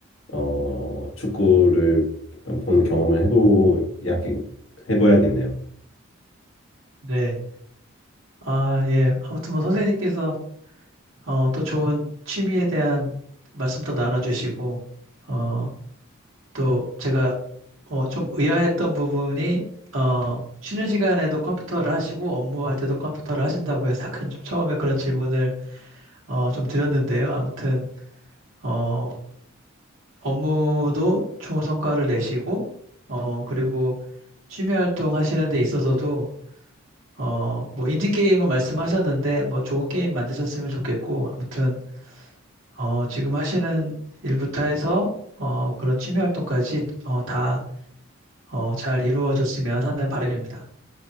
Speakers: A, on the left (about 75°); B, on the right (about 75°).
A: 어, 축구를 보는 경험을 해보야, 해봐야겠네요.
B: 네. 아, 예. 아무튼 뭐 선생님께서, 어, 또 좋은 취미에 대한 말씀도 나눠주시고, 어, 또 제가 어, 좀 의아했던 부분이 어, 쉬는 시간에도 컴퓨터를 하시고 업무할 때도 컴퓨터를 하신다고 해서 약간 좀 처음에 그런 질문을 어, 좀 드렸는데요. 아무튼 어, 업무도 좋은 성과를 내시고 어, 그리고 취미 활동 하시는 데 있어서도 어, 뭐 인디 게임은 말씀하셨는데 뭐 좋은 게임 만드셨으면 좋겠고 아무튼 어, 지금 하시는 일부터 해서 어, 그런 취미 활동까지 어, 다 어, 잘 이루어졌으면 하는 바람입니다.